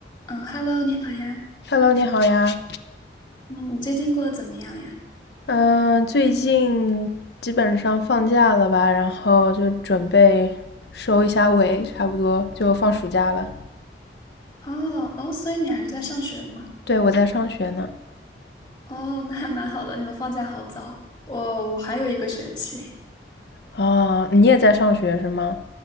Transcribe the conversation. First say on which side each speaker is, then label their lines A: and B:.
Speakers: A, on the left (about 25°); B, on the left (about 70°).
A: 嗯，Hello，你好呀。
B: Hello，你好呀。
A: 嗯，你最近过得怎么样呀？
B: 嗯，最近基本上放假了吧，然后就准备收一下尾，差不多就放暑假了。
A: 哦哦，所以你还是在上学吗？
B: 对，我在上学呢。
A: 哦，那还蛮好的，你们放假好早。我我还有一个学期。
B: 啊，你也在上学是吗？